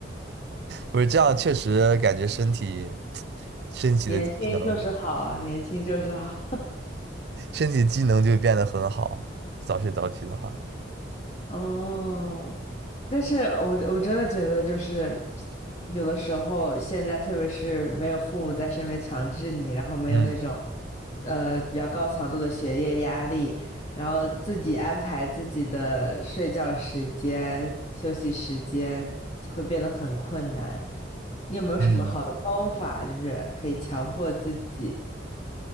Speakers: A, on the right (about 55°); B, on the left (about 35°).
A: 不是这样，确实感觉身体身体的机能，
B: <laughs> 年轻就是好啊，年轻就是好。
A: 身体机能就会变得很好。早睡早起的话，
B: 哦，但是我我真的觉得，就是有的时候，现在特别是没有父母在身边强制你，然后没有那种
A: 嗯
B: 呃比较高强度的学业压力，然后自己安排自己的睡觉时间、休息时间，会变得很困难。你有没有什么好的方法，
A: 嗯，
B: 就是可以强迫自己？